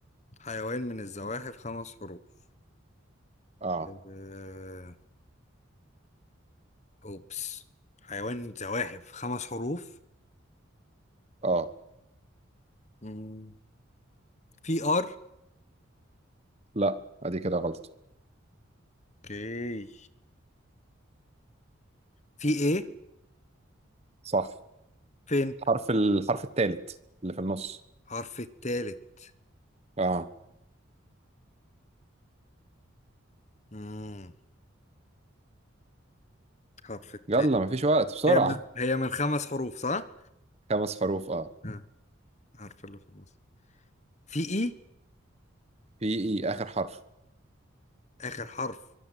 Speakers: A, on the left; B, on the right.
A: حيوان من الزواحف خمس حروف
B: اه
A: آه، أوبس حيوان من الزواحف خمس حروف
B: اه
A: مم. في آر
B: لا ادي كده غلط
A: اوكي في إيه
B: صح
A: فين
B: حرف الحرف الثالث اللي في النص
A: حرف التالت
B: اه
A: مم. حرف التالت
B: يلا مفيش وقت بسرعة
A: هي من, هي من خمس حروف صح؟
B: خمس حروف اه
A: آه، عارف اللي في النص في إي
B: في ايه اخر حرف
A: آخر حرف